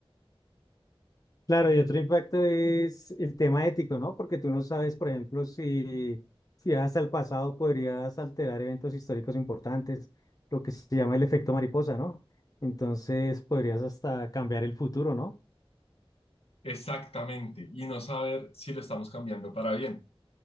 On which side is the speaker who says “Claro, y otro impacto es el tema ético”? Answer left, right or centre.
Left